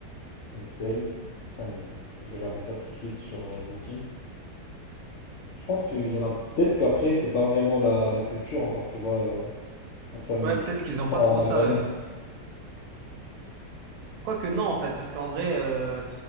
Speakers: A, on the left; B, on the right.
A: Hostel 5000. Je vais regarder ça tout de suite sur euh, Booking. Je pense qu'il y en a peut-être qu'après, c'est pas vraiment la, la culture encore, tu vois, euh, à 5000.
B: Ouais, peut-être qu'ils ont pas
A: Pas
B: trop
A: En
B: ça.
A: Albanie,
B: euh. Quoique, non, en fait, parce qu'en vrai, euh,